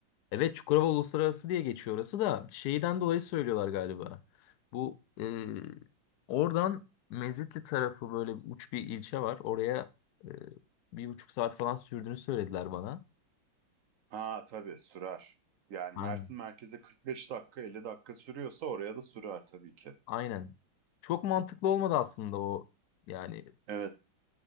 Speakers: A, on the left (about 70°); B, on the right (about 60°).
A: Evet Çukurova Uluslararası diye geçiyor orası da şeyden dolayı söylüyorlar galiba. Bu e, oradan Mezitli tarafı böyle uç bir ilçe var. Oraya e, bir buçuk saat falan sürdüğünü söylediler bana.
B: Ha tabii sürer. Yani
A: Aynen.
B: Mersin merkeze 45 dakika 50 dakika sürüyorsa oraya da sürer tabii ki.
A: Aynen. Çok mantıklı olmadı aslında o yani
B: Evet.